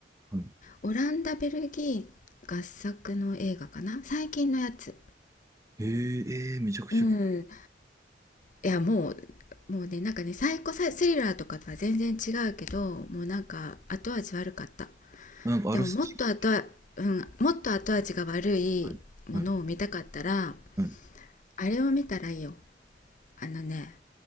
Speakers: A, on the right; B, on the left.
A: はい。
B: オランダベルギー合作の映画かな最近のやつ
A: えええーめちゃくちゃ興
B: うんいやもうもうねなんかねサイコスリラーとかとは全然違うけどもうなんか後味悪かった
A: 味、なんかあらすじ、
B: でももっと後,、うん、もっと後味が悪いものを見たかったら
A: はい。はい。はい。
B: あれを見たらいいよあのね